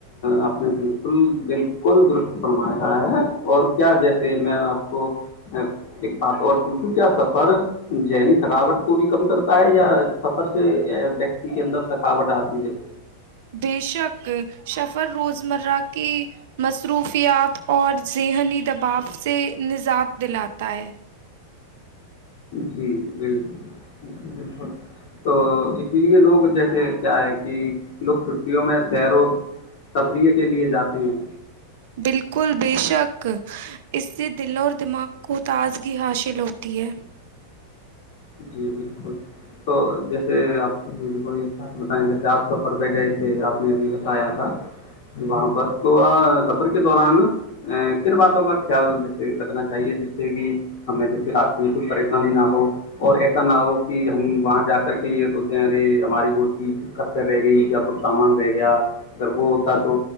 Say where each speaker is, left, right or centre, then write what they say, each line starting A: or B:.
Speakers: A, on the left; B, on the right.
A: آپ نے بالکل بالکل درست فرمایا ہے اور کیا جیسے میں آپ کو ایک بات اور پوچھوں کیا سفر ذہنی تھکاوٹ کو بھی کم کرتا ہے یا سفر سے ویکتی کے اندر شک تھکاوٹ آتی ہیں
B: بے شک شفر روزمرہ کے مصرو مروفیات اور ذہنی دباؤ سے نجات دلاتا ہے
A: جی بال بالکل تو اسی لیے لوگ جیسے کیا ہے کہ لوگ چھٹیوں میں سیر و تفریح کے لیے جاتے ہیں
B: بالکل بے شک اس سے دلوں دماغ کو تازگی حاصل ہوتی ہے
A: جی بالکل تو جیسے آپ م کو ایک بات بتائیں جیسے آپ سفر پہ گئے تھے آپ نے ابھی بتایا تھا وہاں پر تو سفر کے دوران کن باتوں کا خیال جیسے رکھنا چاہیے جس سے کہ ہمیں جیسے راستے میں کوئی پریشانی نہ ہو اور ایسا نہ ہو کہ ہم وہاں جا کر کے یہ سوچے ہیں ارے ہماری وہ چیز کرتے رہ گئی یہ کچھ سامان رہ گیا اگر وہ ہوتا تو